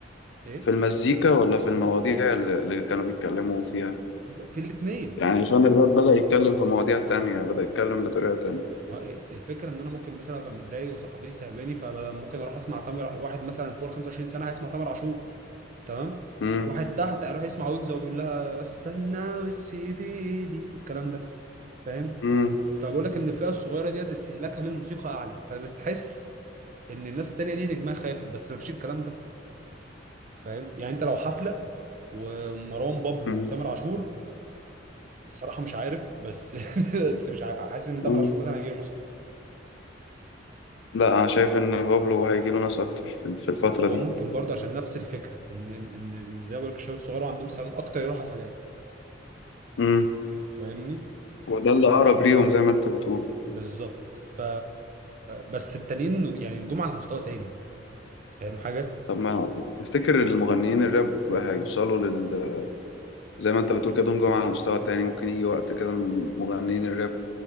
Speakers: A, on the right (about 45°); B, on the left (about 70°).
A: ايه
B: في المزيكا ولا في المواضيع اللي اللي كانوا بيتكلموا فيها
A: ب- في الاثنين
B: يعني عشان الراب بدأ يتكلم في مواضيع تانية بدأ يتكلم بطريقة تانية
A: ما الفكره ان انا ممكن مثلا ابقى متضايق وصاحبتي سايباني فممكن اروح اسمع تامر واحد مثلا فوق ال 25 سنه هيسمع تامر عاشور تمام
B: امم
A: واحد تحت هيروح يسمع ويجز وبيقول لها استنى وتسيب ايدي والكلام ده فاهم
B: امم
A: فبقول لك ان الفئه الصغيره ديت استهلاكها للموسيقى اعلى فبتحس ان الناس التانيه دي نجمها خافت بس ما فيش الكلام ده فاهم يعني انت لو حفله ومروان بابلو
B: امم
A: وتامر عاشور الصراحه مش عارف بس <laughs> بس مش عارف حاسس ان تامر
B: امم
A: عاشور مثلا هيجي له نص
B: لا انا شايف ان بابلو هيجي له ناس اكتر في في الفترة
A: هو ممكن برضه عشان نفس الفكره ان ان إن- إن زي ما بقول لك الشباب الصغار عندهم استعداد اكتر يروحوا حفلات
B: دي
A: فاهمني
B: وده اللي أقرب ليهم زي ما أنت بتقول
A: بالظبط ف بس التانيين يعني جم على مستوى تاني فاهم حاجه
B: طب ما تفتكر المغنيين الراب هيوصلوا لل زي ما أنت بتقول كده دول جم على مستوى تاني ممكن يجي وقت كده من مغنيين الراب